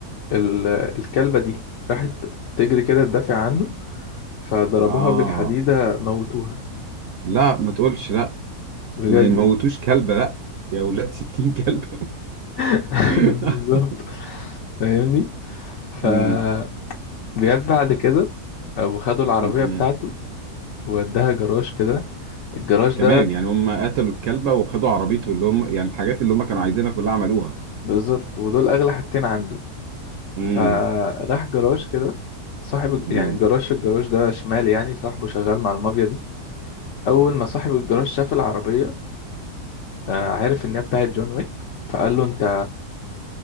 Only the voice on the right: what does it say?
اه
لا ما تقولش لا
ما يموتوش كلب لا يا ولاد 60 كلب
<laughs>
مم.
مم.
كمان
يعني هم قتلوا الكلبة وخدوا عربيته اللي هم يعني الحاجات اللي هم كانوا عايزينها كلها عملوها
مم.
مم.